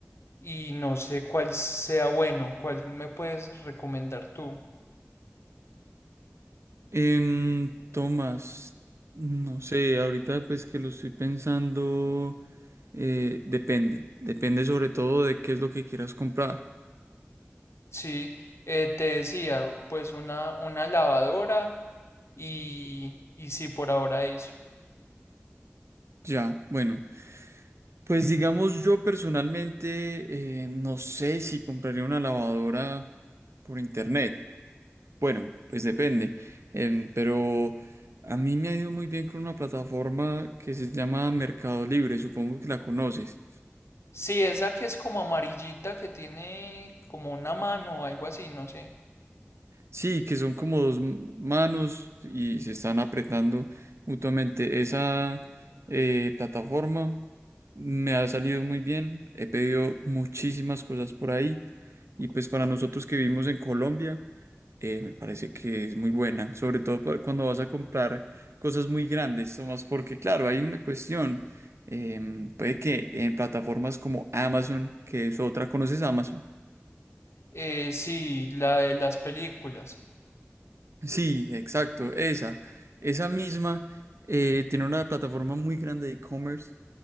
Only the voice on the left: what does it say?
y no sé cuál sea bueno, cuál me puedes recomendar tú.
Sí, eh, te decía, pues una, una lavadora y, y sí, por ahora eso.
Sí, esa que es como amarillita, que tiene como una mano o algo así, no sé.
Eh, sí, la de las películas.